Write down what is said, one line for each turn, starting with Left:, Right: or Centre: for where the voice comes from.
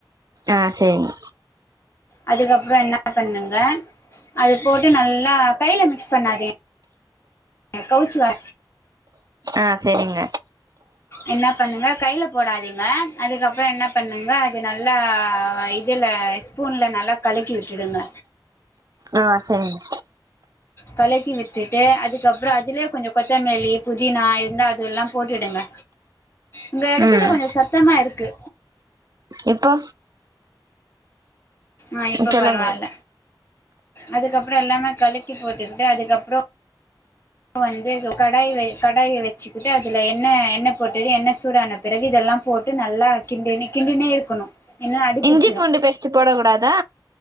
Right: ஆ சரிங்க
Left: அதுக்கப்புறோ என்னா பண்ணுங்க அது போட்டு நல்லா கைல மிக்ஸ் பண்ணாதே கவுச்சி வா
Right: ஆ சரிங்க
Left: என்னா பண்ணுங்க கைல போடாதிங்க அதுக்கப்பற என்ன பண்ணுங்க அது நல்லா இதி ல ஸ்பூன்ல நல்லா கலக்கி விட்டுடுங்க
Right: அ செரிங்க
Left: கலக்கி விட்டுட்டு அதுக்கப்பற அதுலே கொஞ்ச கொத்தமல்லி புதினா இருந்தா அது எல்லா போட்டுடுங்க உங்க எடத்துல
Right: ம்
Left: கொஞ்ச சத்தமா இருக்கு
Right: இப்போ
Left: ஆ இப்போ
Right: சொல்லுங்க
Left: பரவால அதுக்கப்பற எல்லாமே கலக்கி போட்டுகிட்டு அதுக்கப்பற வந்து கடாய்ல கடாய வச்சுகிட்டு அதுல எண்ணெ எண்ணெ போட்டு எண்ணெ சூடான பிறகு இதெல்லா லாம் போட்டு நல்லா கிண்டினு கிண்டினே இருக்கனு இன்னு அடிபுடிச்சிடு
Right: இஞ்சி பூண்டு பேஸ்ட் போட கூடாதா